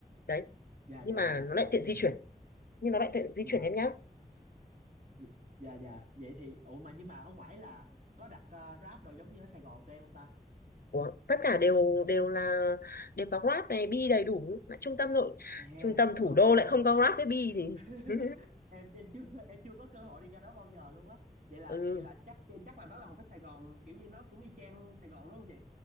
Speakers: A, on the left (about 75°); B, on the right (about 60°).
A: đấy
B: dạ
A: nhưng
B: dạ
A: mà
B: dạ
A: nó
B: dạ
A: lại
B: em
A: tiện di
B: hiểu
A: chuyển nhưng nó lại tiện di
B: dạ
A: chuyển em nhá
B: dạ dạ dạ. vậy thì ủa mà nhưng mà ở ngoài là có đặt à, Grab đồ giống như ở Sài Gòn tụi em không ta
A: Ủa, tất cả đều đều là đều có Grab này Bi đầy đủ Lại trung tâm nội
B: à
A: trung tâm
B: ờ
A: thủ đô
B: ờ
A: lại không có
B: ờ,
A: Grab với Bi thì
B: <laughs>
A: <laughs>
B: em em chưa em chưa có cơ hội đi ra đó bao giờ luôn á vậy là
A: ừ
B: vậy là chắc chắc là đó là một cái Sài Gòn kiểu như nó cũng y chang Sài Gòn đúng không chị